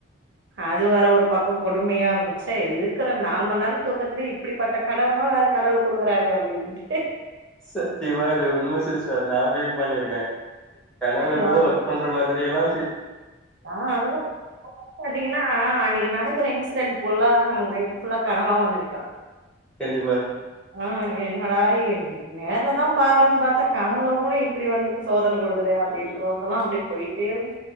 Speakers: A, on the right (about 55°); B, in the centre.
A: அது வேற ஒரு பக் க்கோ கொடுமையாருக்கூ ச்சே இருக்கிற நால்மண்நேரோ தூக்கத்திலியூ இப்பிடிபட்டக் கனவுலா வேற கடவுள் குடுக்குறாரே அப் டின்ட்
B: சத்தியமா இது உண்ம சிஸ்டர் நாவின் பண்ணிருக்கே கனவுல
A: ரொம்ப
B: கூட வர்க் பண்ற மாத்ரியெல்லா
A: ஆ அதுதா <inaudible> பாத்தீங்னா அன்னிக்கு நடக் க்குர இன்சிரென் ஃபுல்லா நமுக் நைட் ஃபுல்லா கனவா வந்துநிக்கா
B: கண்டிப்பா
A: ஆஹ் என்னடா இது நேர்லதான் பாக்குறே பார்த்தா கனவுள கூட இப்பிடி வந்துக்கு சோதன குடுக்குதே அப்படின்றுதுந்தெல்லா அப்டேப் போயிட்டே இருக்கு